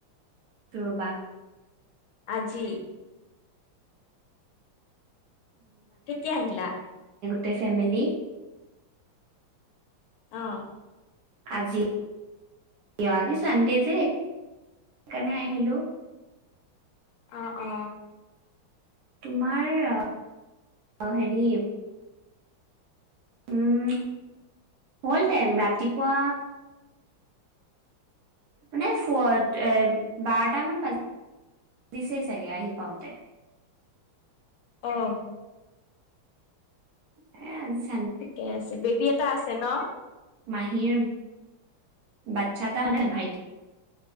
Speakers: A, on the right; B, on the left.
A: ৰবা।
B: আজি কেতিয়া আহিলা?
A: তে ফ্ৰেমেলি।
B: অ'।
A: আজি, অ' আজি চান্দে যে সেইকাৰণে আহিলোঁ।
B: অ' অ'।
A: তোমাৰ আ হেৰি উম, হ'ল টাইম ৰাতিপুৱা মানে ফ এ বাৰটা মান বা দিছেই চাগে আহি পাওঁতে।
B: অঁহ
A: এ'আজি-
B: ঠিকে আছে। বেবী এটা আছে ন?
A: মাহীৰ বাচ্ছা এটা মানে ভাইটী-